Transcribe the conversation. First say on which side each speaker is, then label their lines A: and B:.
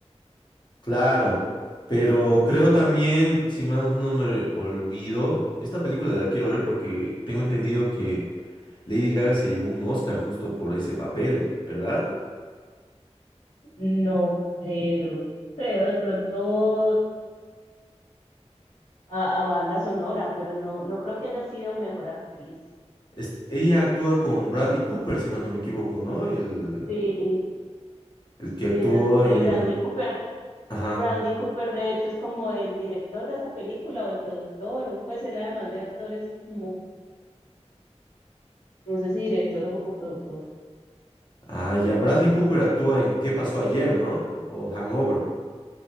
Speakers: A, on the left (about 40°); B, on the left (about 90°).
A: Claro, pero creo también, si más no me olvido, esta película la quiero ver porque tengo entendido que Lady Gaga se llevó un Oscar justo por ese papel, ¿verdad?
B: No creo, yo no creo de pronto a, a banda sonora, pero no, no creo que haya sido mejor actriz.
A: Es- ella actúa con Bradley Cooper, si más no me equivoco, ¿no? El,
B: Sí,
A: el que
B: sí,
A: actuó
B: ella,
A: en...
B: y Bradley Cooper.
A: Ajá.
B: Bradley Cooper, de hecho, es como el director de esa película o el productor, o pues él además de actor es como, no sé si director o, o productor.
A: Ah, ya, Bradley Cooper actúa en ¿Qué pasó ayer, ¿no? O Hangover.